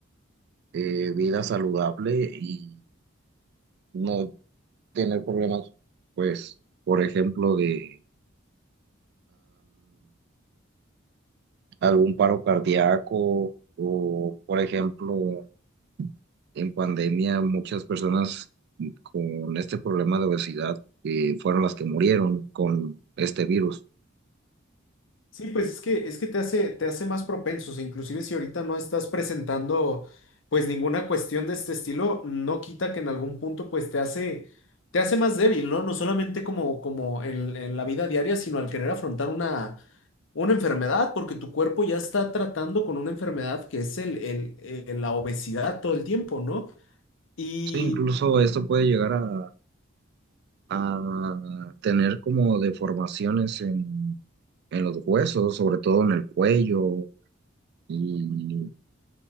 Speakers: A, on the right; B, on the left.
A: eh, vida saludable y no tener problemas, pues, por ejemplo, de... algún paro cardíaco o, por ejemplo, en pandemia muchas personas con este problema de obesidad eh, fueron las que murieron con este virus.
B: Sí, pues es que, es que te hace, te hace más propensos, e inclusive si ahorita no estás presentando pues ninguna cuestión de este estilo, no quita que en algún punto pues te hace, te hace más débil, ¿no? No solamente como, como en, en la vida diaria, sino al querer afrontar una, una enfermedad, porque tu cuerpo ya está tratando con una enfermedad que es el, el- el- la obesidad todo el tiempo, ¿no? Y
A: Sí, incluso esto puede llegar a, a tener como deformaciones en, en los huesos, sobre todo en el cuello y